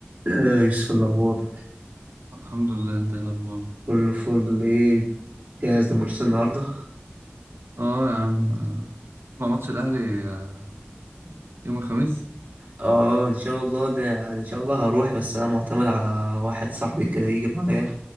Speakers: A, on the right; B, on the right.
A: آه، يوسف الأخبار
B: الحمد لله انت ايه الاخبار
A: كله فل ايه جاهز لماتش النهاردة
B: اه يا عم آه، هتسمع ماتش الاهلي آه، يوم الخميس
A: اه ان شاء الله ده يعني ان شاء الله هروح بس انا معتمد على واحد صاحبي كده يجي معايا